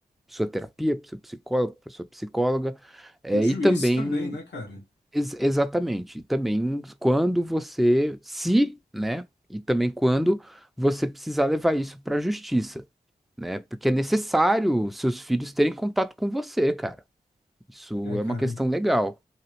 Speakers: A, in the centre; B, on the left.
A: sua terapia, para seu psicólogo, para sua psicóloga, é,
B: O juiz
A: e também
B: também, né, cara?
A: Ex- exatamente. E Também quando você, se, né? E também quando você precisar levar isso para a justiça, né? Porque é necessário seus filhos terem contato com você, cara. Isso
B: É,
A: é
B: cara,
A: uma questão legal.